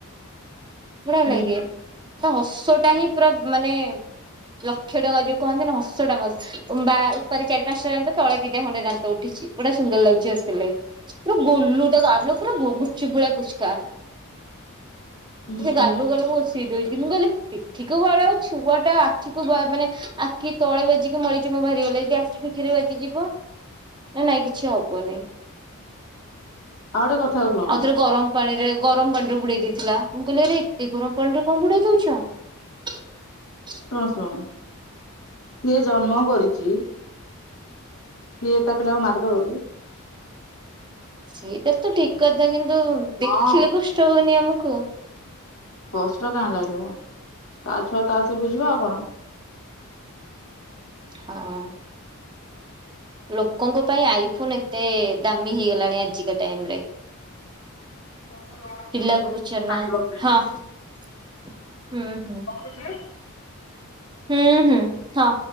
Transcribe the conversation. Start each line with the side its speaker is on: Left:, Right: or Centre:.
Right: ବଢିଆ
Left: ହୁଁ
Right: ଲାଗେ ତା ହସ ଟା ହିଁ ପୁରା ମାନେ ଲକ୍ଷେ ଟଙ୍କା ଯୋଉ କହାନ୍ତିନି ହସ ଟା ମସ୍ତ୍ ବା ଉପରେ ଚାରି ପାଞ୍ଚଟା ଦାନ୍ତ ତଳେ ଦିଟା ଖଣ୍ଡେ ଦାନ୍ତ ଉଠ ଉଠିଛି ବଢିଆ ସୁନ୍ଦର ଲାଗୁଛି ହସ ସିଲେ ପୁର ଗୋଲୁ ତା ଗାଲ ପୁରା ଗୁପ୍ ଚୁପ୍ ଭଳିଆ ପୁଚକା।
Left: ହୁଁ
Right: ସେ ଗାଲକୁ
Left: ହୁଁ
Right: ଗାଲକୁ ବସେଇ ଦୋଉଚି ମୁଁ ଖାଲି ପିଠିକୁ ବାଡାଅ ଛୁଆଟା ଆଖିକୁ ମାନେ ଆଖି ତଳେ ବଜିକି ମଳି ଚମ ବାହାରି ଗଲା ଯଦି ଆଖି ପିଠିରେ ବାଜିଯିବ ନାଇଁ କିଛି ହବନି।
Left: ଆଉ ଗୋଟେ କଥା ଶୁଣ
Right: ଆଉଥରେ ଗରମ୍ ପାଣିରେ ଗରମ୍ ପାଣିରେ ବୁଡେଇଦେଇଥିଲା। ମୁଁ କହିଲି ଆରେ ଏତେ ଗରମ୍ ପାଣିରେ କଣ ବୁଡେଇଦୋଉଛ ।
Left: ଶୁଣ ଶୁଣ ସିଏ ଜନ୍ମ କରିଛି । ସିଏ ତା ପିଲା କୁ ମାରି ଦବ କି
Right: ସେଇଟା ତ ଠିକ୍ କଥା । କିନ୍ତୁ
Left: ହଁ
Right: ଦେଖିଲେ କଷ୍ଟ ହୋଉନି ଆମକୁ
Left: କଷ୍ଟ କାହିଁ ଲାଗିବ ତା ଛୁଆ ତା ଆସ ବୁଝିବା ଆଉ କଣ
Right: ହଁ ଲୋକଙ୍କ ପାଇଁ ଆଇଫୋନ୍ ଏତେ ଦାମି ହେଇ ଗଲାଣି ଆଜିକା ଟାଇମ୍ ରେ
Left: ହଉ ରଖ
Right: ପିଲାକୁ
Left: ମୁଁ
Right: ପଚାରୁ
Left: ଖାଇବାକୁ
Right: ନାହାନ୍ତି
Left: ଦେବି
Right: ହଁ ହୁଁ ହୁଁ
Left: ରଖୁଛି।
Right: ହୁଁ ହୁଁ ହ